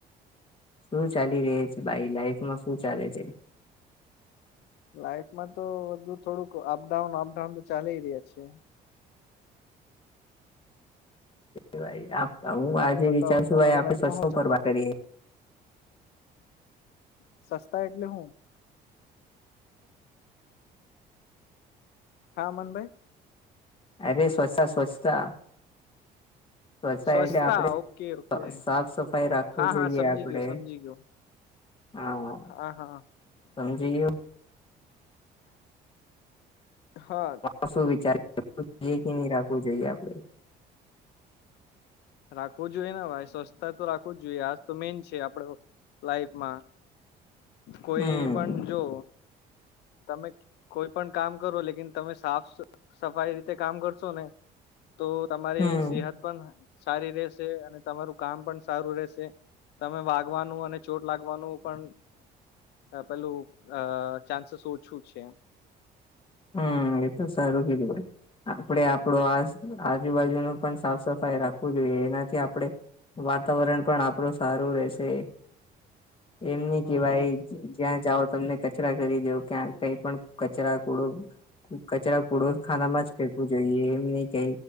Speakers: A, on the left; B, on the left.
A: શું ચાલી ર છે ભાઈ લાઈફમાં શું ચાલે છે
B: લાઈફમાં તો બધું થોડુંક અપડાઉન અપડાઉન તો ચાલી રહ્યા છે
A: ભ હું
B: તમે
A: આજે
B: બતાવો
A: વિચાર છું
B: તમારા
A: ભાઈ આપડે
B: લાઈફમાં
A: સ્વચ્છો
B: શું
A: પર
B: ચાલે
A: કરીએ
B: સસ્તા એટલે હું હા મનભાઈ <inaudible>
A: અરે સ્વચ્છ સ્વચ્છતા સ્વછાય
B: સ્વચ્છતા
A: એટલે આપણે
B: ઓકે ઓકે
A: સાફ સફાઈ રાખવું
B: હા હા
A: જોઈએ
B: સમજી
A: આપડે
B: ગયો સમજી ગયો
A: હા <inaudible>
B: હા હા
A: સમજીું
B: હા
A: હ શું વિચારી જોઈએ કે નહી રાખવું જોઈએ આપડે
B: રાખવું જોઈએને ભાઈ સ્વચછતા તો રાખવું જ જોઈએ આજ તો મેન છે આપડ લાઈફમાં કોઈ
A: હમ
B: પણ જો તમે કોઈ પણ કામ કરો લેકન તમે સાફ સફાઈ રીતે કામ કરશો ને તો તમારી
A: હમ
B: સેહત પણ સારી રેશે અને તમારું કામ પણ સારું રહેશે. તમે વાગવાનું અને ચોટ લાગવાનું પણ પેલું અ ચાન્સીસ ઓછું છે
A: હમ એ તો સારું કેીધુંાઈ આપડે આપડો આ આજુબાજુ
B: હમ
A: ન પણ સાફ સફાઈ રાખવું જોઈએ એનાથી આપડણે વાતાવરણ પણ આપણું સારું રહેશે એમ નહી
B: હમ
A: કે ભાઈ
B: હમ
A: જ્યાં જાઓ તમને કચરા કરી દવ ક્યાં કઈ પણ કચરા થોડો કચરા પૂડો ખાનામાં જ ફેંકવું જોઈએ એમ નહી કય